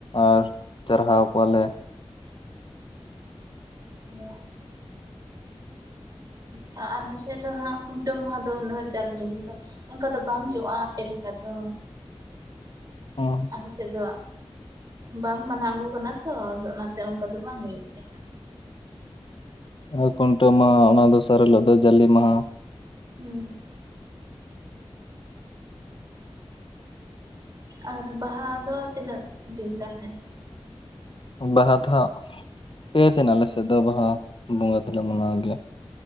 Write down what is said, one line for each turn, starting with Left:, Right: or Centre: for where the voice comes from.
Left: ᱟᱨ ᱪᱟᱨᱦᱟᱣ ᱠᱚᱣᱟᱞᱮ
Right: ᱚ <inaudible> ᱟᱪᱪᱷᱟ ᱟᱞᱮᱥᱮᱫ ᱫᱚ ᱦᱟᱸᱜ ᱠᱷᱩᱱᱴᱟᱹᱣ ᱢᱟᱦᱟ ᱫᱚ ᱩᱱᱟᱹᱜ ᱡᱟᱠ ᱡᱚᱢᱚᱠ ᱫᱚ ᱚᱱᱠᱟ ᱫᱚ ᱵᱟᱝ ᱦᱩᱭᱩᱜ-ᱟ ᱟᱯᱮ ᱞᱮᱠᱟ ᱫᱚ
Left: ᱦ <inaudible>
Right: ᱟᱞᱮᱥᱮᱫ ᱫᱚ ᱵᱟᱝ ᱢᱟᱱᱟᱣ ᱟᱹᱜᱩ ᱠᱟᱱᱟ ᱛᱚ ᱟᱫᱚ ᱚᱱᱟᱛᱮ ᱚᱱᱠᱟ ᱫᱚ ᱵᱟᱝ ᱦᱩᱭᱩᱜ ᱜᱮᱭᱟ,
Left: ᱚ ᱠᱷᱩᱱᱴᱟᱹᱣ ᱢᱟᱦᱟ ᱚᱱᱟ ᱫᱚᱥᱟᱨ ᱦᱤᱞᱟᱹᱜ ᱫᱚ ᱡᱟᱹᱞᱤ ᱢᱟᱦᱟ
Right: ᱦᱩᱸ ᱟᱨ ᱵᱟᱦᱟ ᱫᱚ ᱛᱤᱱᱟᱹᱜ ᱫᱤᱱ ᱛᱟᱦᱚᱞᱮ
Left: ᱵᱟᱦᱟ ᱫᱚ ᱦᱟᱸᱜ ᱯᱮ ᱫᱤᱱ ᱟᱞᱮ ᱥᱮᱫᱚ ᱵᱟᱦᱟ ᱵᱚᱸᱜᱟ ᱫᱚᱞᱮ ᱢᱟᱱᱟᱣ ᱜᱮᱭᱟ